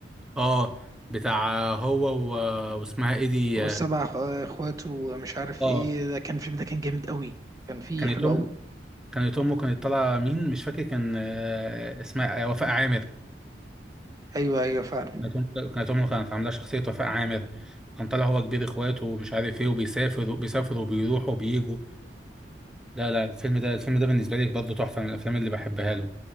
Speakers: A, in the centre; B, on the right (about 20°).
A: اه بتاع هو و... واسمها ايه دي
B: والسبع أخ- إخوات ومش عارف
A: اه
B: إيه ده كان الفيلم ده كان جامد قوي كان فيه
A: كانت
B: حلو
A: ام
B: قوي
A: كانت امه كانت طالعه مين مش فاكر كان آه، اسمها آه، وفاء عامر
B: أيوه أيوه فعلا
A: كانت أم- كانت امه كانت عامله شخصيه وفاء عامر كان طالع هو كبير اخواته ومش عارف ايه وبيسافر بيسافر وبيروح وبيجوا لا لا الفيلم ده الفيلم ده بالنسبه لي برضه تحفه من الافلام اللي بحبها له